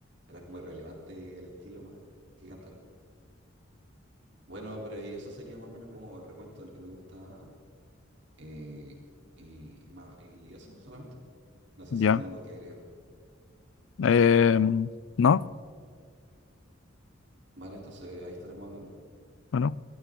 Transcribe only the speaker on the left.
Ya.
Em, no,
bueno.